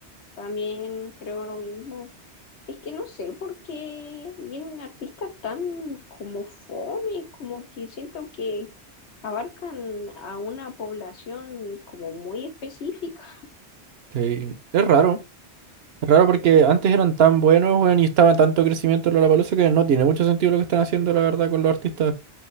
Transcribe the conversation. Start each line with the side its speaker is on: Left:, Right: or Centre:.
Left: También creo lo mismo. Es que no sé por qué vienen artistas tan como fome, como que siento que abarcan a una población como muy específica.
Right: Sí, es raro. Es Raro porque antes eran tan buenos, weón, y estaba tanto crecimiento en Lollapalooza que no tiene mucho sentido lo que están haciendo, la verdad, con los artistas.